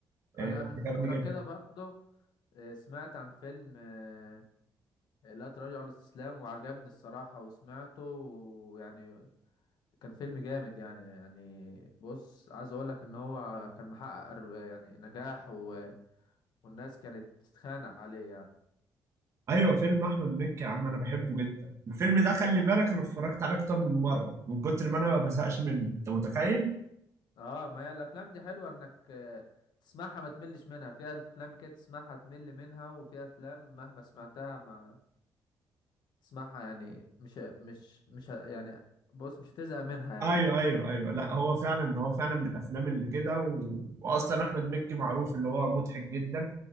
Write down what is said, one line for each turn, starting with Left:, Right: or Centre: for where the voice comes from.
Right: آه،
Left: انا من
Right: عجبني
Left: فترة
Right: جدا
Left: كده برضو آه، سمعت عن فيلم آه، لا تراجع ولا استسلام وعجبني الصراحة وسمعته ويعني كان فيلم جامد يعني يعني بص عايز اقول لك ان هو كان محقق أر- يعني نجاح و... والناس كانت بتتخانق عليه يعني
Right: ايوه فيلم احمد مكي يا عم انا بحبه جدا الفيلم ده خلي بالك انا اتفرجت عليه اكتر من مره من كتر ما انا ما بزهقش منه انت متخيل
Left: اه ما هي الافلام دي حلوه انك آه، تسمعها ما تملش منها فيها افلام كده تسمعها تمل منها وفيها افلام مهما سمعتها ما تسمعها يعني مش مش مش ه- يعني بص مش هتزهق منها يعني
Right: ايوه ايوه ايوه لا هو فعلا هو فعلا من الافلام اللي كده و... واصلا احمد مكي معروف اللي هو مضحك جدا